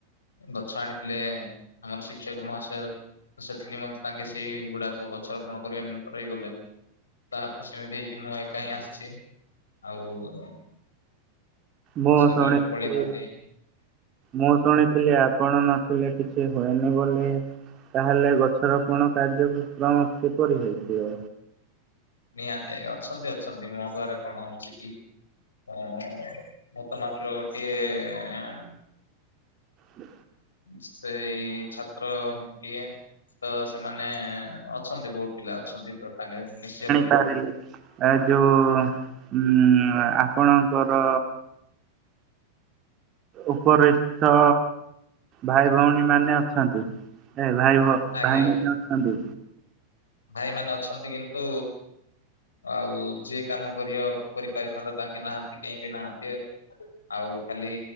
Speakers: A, on the left; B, on the right.
A: ଗଛ ଆଣିଥିଲେ ଆମର ଶିକ୍ଷକ ମହାଶୟ ସେଥି ନିମତେ ତାଙ୍କେ ସେଇ ଗୁଡାକ ଗଛ ରୋପଣ କରିବା ନିମତ ରହିଗଲେ। ତାପରେ ସେମିତି ହେଇଛି ମୁଁ ଏକା ହିଁ ଆସିଛି। ଆଉ
B: ମୁଁ
A: ସରିଲେ
B: ଶୁଣିଥିଲି
A: ପଳେଇଥାନ୍ତି
B: ମୁଁ ଶୁଣିଥିଲି ଆ ଆପଣ ନଥିଲେ କିଛି ହୁଏନି ବୋଲି? ତାହେଲେ ଗଛରୋପଣ କାର୍ଯ୍ୟକ୍ରମ କିପରି ହେଇଥିବ?
A: ନିହାତି ଆଜ୍ଞା ଅଛନ୍ତି ଅଛନ୍ତି ମୋ ଦ୍ଵାରା କଣ ହଉଛି କି? ହ ମୁଁ ତ ମାତ୍ର ଗୋଟିଏ
B: ହ
A: ସେଇ ଛାତ୍ରଟିଏ ତ ସେମାନେ ଅଛନ୍ତି ବହୁତ ପିଲା ଅଛନ୍ତି ତ ସାଙ୍ଗେ ମିଶି
B: ପାରିଲୁ ଆ ଯୋଉ ଉ ହୁଁ ଆପଣଙ୍କର ଉପରିସ୍ତ ଭାଇ ଭଉଣୀ ମାନେ ଅଛନ୍ତି? ଭାଇ ଭୋ
A: ଆଜ୍ଞା
B: ଭାଇ ଅଛନ୍ତି।
A: ଭାଇମାନେ ଅଛନ୍ତି କିନ୍ତୁ ଆଉ ଯିଏ କାମ କରିବ କରିପାରିଥାନ୍ତା ତାଙ୍କେ ନାହାନ୍ତି କେହି ବି ନାହାନ୍ତି। ଆଉ ଆ ଖାଲି